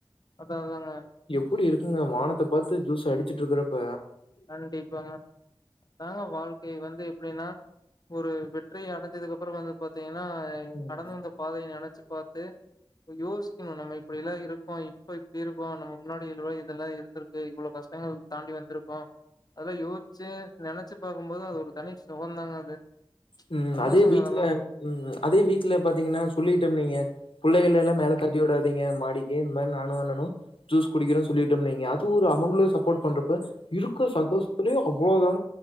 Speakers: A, on the left; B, on the left.
A: அதா அதாங்க
B: அப்பிடி இருக்குங்க வானத்த பாத்து ஜூஸ் அடிச்சிட்டு இருக்கறப்ப
A: கண்டிப்பாங்க அதாங்க வாழ்க்கை வந்து அப்டின்னா ஒரு வெற்றி அடைஞ்சதுக்கு அப்புறோ வந்து பாத்தீங்கன்னா என்ன
B: ம்
A: கடந்து வந்த பாதையை நெனைச்சு பாத்து து இப்ப யோசிக்கணும் நம்ம இப்டில்லா இருக்கோ இப்ப இப்டி இருக்கோ நம்ம முன்னாடி எழு இதெல்லா இருந்திருக்கு இவ்ளோ கஷ் டங்கள் தாண்டி வந்துரு கோம அதெல்லா யோஸ்ச்சி நெனச்சு பாக்கும்போது அது ஒரு தனி சுகந்தாங்க அது
B: உம்
A: சந்தோஷங்க
B: அதே வீட்ல
A: அதெல்லாம்.
B: உம் அதே வீட்ல பாத்தீங்கன்னா சொல்லிட்டோ வெய்யெ புள்ளைகலெல்லா
A: கண்டிப்பாங்க.
B: மேல தட்டி விடாதீங்க மாடிக்கு இனிமே நானும் அண்ணனு ஜூஸ் குடிக்கிறோ சொல்லிட்டோ வெய்க அது ஒரு அவுங்களு சப்போர்ட் பண்ற இருக்க சந்தோஷத்திலயு அவ்ளோதா